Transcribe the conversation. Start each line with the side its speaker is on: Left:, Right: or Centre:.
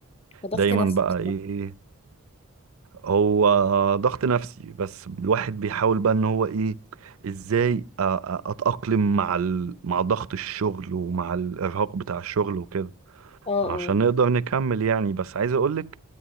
Left: فضغط
Right: دايما
Left: نفسي
Right: بقى
Left: بصراحة
Right: ايه هو ضغط نفسي بس الواحد بيحاول بقى ان هو ايه ازاي أ- أ- اتأقلم مع ال... مع ضغط الشغل ومع الارهاق بتاع الشغل وكده
Left: اه
Right: عشان
Left: اه
Right: نقدر نكمل يعني بس عايز اقولك